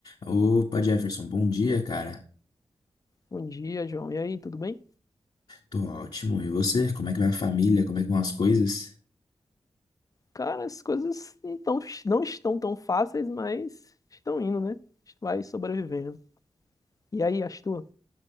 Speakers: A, on the left; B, on the left.
A: Opa, Jefferson, bom dia, cara.
B: Bom dia, João. E aí, tudo bem?
A: Tô ótimo. E você? Como é que vai a família? Como é que vão as coisas?
B: Cara, as coisas não tão- não estão tão fáceis, mas estão indo, né? A gente vai sobrevivendo. E aí, as tuas?